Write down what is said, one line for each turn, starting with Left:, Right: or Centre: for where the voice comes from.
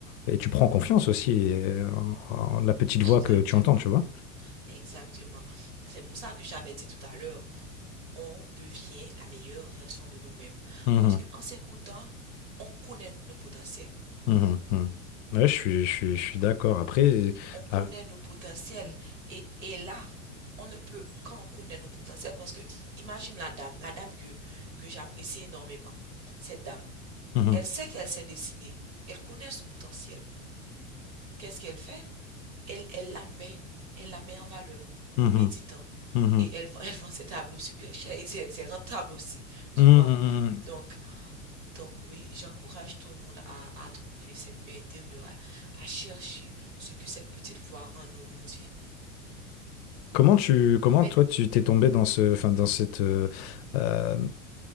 Left: et tu prends confiance aussi euh, en, en la petite voix
Right: Exactement.
Left: que tu entends, tu vois.
Right: Exactement. C'est pour ça que j'avais dit tout à l'heure. on devient la meilleure version de nous-mêmes.
Left: Mhm,
Right: Parce qu'en s'écoutant, on connaît nos potentiels.
Left: mhm, mhm. Ouais, je suis, je suis, je suis d'accord. Après,
Right: On connaît
Left: ah,
Right: nos potentiels. Et, et là, on ne peut, quand on connaît nos potentiels, parce que imagine la dame, la dame que, que j'apprécie énormément, cette dame,
Left: mhm,
Right: elle sait qu'elle s'est dessinée, elle connaît son potentiel. Qu'est-ce qu'elle fait elle, elle la met, elle la met en valeur
Left: mhm,
Right: en méditant.
Left: mhm.
Right: Et elle, vend- <laughs> elle vend ses tableaux super chers et c'est rentable aussi, tu
Left: Mhm,
Right: vois.
Left: mhm, mhm.
Right: Donc, Donc oui, j'encourage tout le monde à, à trouver cette paix intérieure, à, à chercher ce que cette petite voix en nous nous dit.
Left: Comment tu, comment
Right: Mais
Left: toi tu t'es tombé dans ce, enfin dans cette, euh, euh,